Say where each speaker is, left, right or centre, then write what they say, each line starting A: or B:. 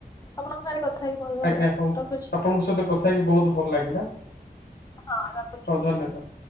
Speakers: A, on the left; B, on the left.
A: ଆପଣଙ୍କ ସାଙ୍ଗରେ କଥା ହେଇକି ଭଲ ଲାଗିଲା
B: ଆଜ୍ଞା, ହଉ
A: ରଖୁଛି
B: ଆପଣଙ୍କ ସହିତ କଥା ହେଇକି ବହୁତ ଭଲ ଲାଗିଲା। ହଉ
A: ହଁ ରଖୁଛି।
B: ଧନ୍ୟବାଦ।